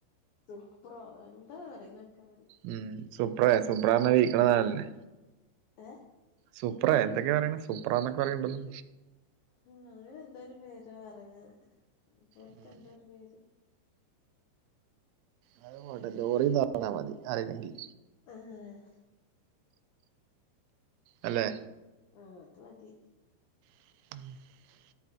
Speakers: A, on the left; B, on the right.
A: സുപ്രൊ എന്താ പറയുന്നൊക്കെ അവര്
B: ഉം സുപ്പറാ സുപ്രണ വിക്കണതാണല്ലേ
A: ഏഹ്
B: സൂപ്പ്രാ എന്തൊക്കെയാ പറയണെ സൂപ്രാന്നൊക്കെ പറയുണ്ടല്ലോ
A: അങ്ങനെ എന്തോ ഒരു പേരാ പറഞ്ഞത് അതുപോലത്തെ
B: ഉം
A: എന്തോ ഒരു പേര്
B: അത് പോട്ടെ ലോറീന്ന് പറഞ്ഞാ മതി അറിയില്ലെങ്കിൽ
A: ആഹ്
B: അല്ലേ
A: ആഹ് അതു മതി
B: <inaudible>